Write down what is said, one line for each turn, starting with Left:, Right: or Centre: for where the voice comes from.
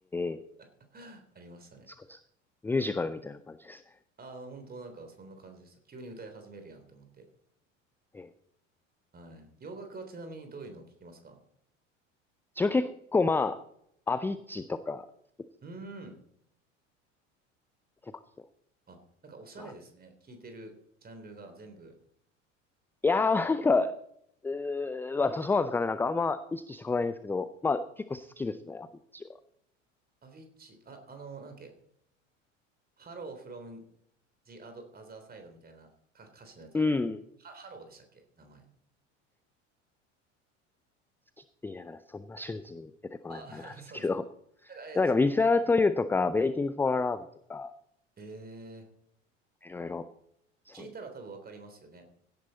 Centre: え。
Right: <laughs> ありましたね。
Centre: すごいですね。ミュージカルみたいな感じですね。
Right: ああ、本当なんかそんな感じでした。急に歌い始めるやんと思って。
Centre: ええ。
Right: はい。洋楽はちなみにどういうのを聞きますか
Centre: 自分結構まあ、アビーチとか好きです、
Right: うーん。
Centre: 結構聞きます。
Right: あ、なんかおしゃれですね。
Centre: まあ
Right: 聞いてるジャンルが全部。
Centre: いやー、なんか、うーん、まあ、そうなんですかね。なんかあんま意識してことないんですけど、まあ、結構好きですね、アビッチは。
Right: アビッチ、あ、あの、なんだっけ、ハローフロム the other other side みたいなか歌詞のやつあります。
Centre: うん。好
Right: はハローでしたっけ名前。
Centre: きって言いながらそんな瞬時に出てこないのかななんですけど。
Right: あ、<laughs> そうなんですか。
Centre: <laughs>
Right: なんか、えー、
Centre: なんか、
Right: ち
Centre: Without You とか、Waiting for Love とか、
Right: えー、
Centre: いろいろ、そうです。
Right: 聞いたら多分わかりますよね。